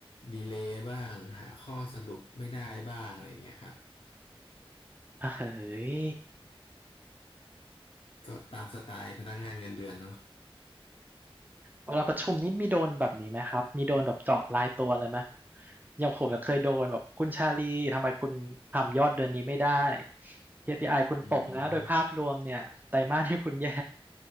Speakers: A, on the left; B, on the right.
A: ดีเลย์บ้างหาข้อสรุปไม่ได้บ้างอะไรเงี้ยครับ
B: อ่ะเฮ้ย
A: ก็ตามสไตล์พนักงานเงินเดือนเนาะ
B: เวลาประชุมนี่มีโดนแบบนี้ไหมครับ มีโดนแบบเจาะรายตัวเลยไหมอย่างผมเนี่ยเคยโดนแบบคุณชาลีทำไมคุณทำยอดเดือนนี้ไม่ได้เคพี p i คุณตกนะโดยภาพรวมเนี่ยไตรมาสที่คุณแย่
A: อืม